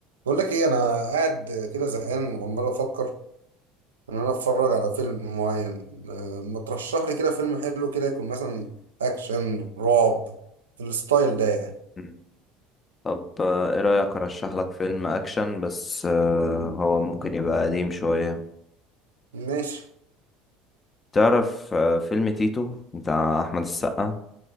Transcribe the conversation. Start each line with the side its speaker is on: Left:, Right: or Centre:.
Right: بقول لك ايه انا قاعد كده زهقان وعمال افكر ان انا اتفرج على فيلم معين آه، ما ترشح لي كده فيلم حلو كده يكون مثلا اكشن رعب في الستايل ده يعني
Left: مم. طب آه، ايه رأيك ارشح لك فيلم اكشن بس آه، هو ممكن يبقى قديم شوية
Right: ماشي
Left: تعرف آه، فيلم تيتو بتاع احمد السقا